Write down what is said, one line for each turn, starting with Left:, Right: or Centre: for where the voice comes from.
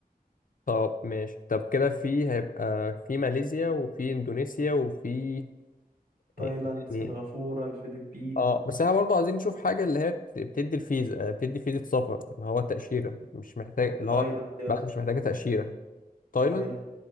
Left: طب ماشي طب كده في هيبقى في ماليزيا وفي اندونيسيا وفي
Right: تايلاند
Left: يعني
Right: سنغافوره الفلبين
Left: اه بس احنا برضه عايزين نشوف حاجة اللي هي بت- بتدي الفيزا آه، بتدي فيزا سفر اللي هو تأشيرة مش محتاج اللي
Right: تايلاند
Left: هو
Right: يا
Left: بلد
Right: اسطى
Left: مش محتاجة تأشيرة تايلاند
Right: تايلاند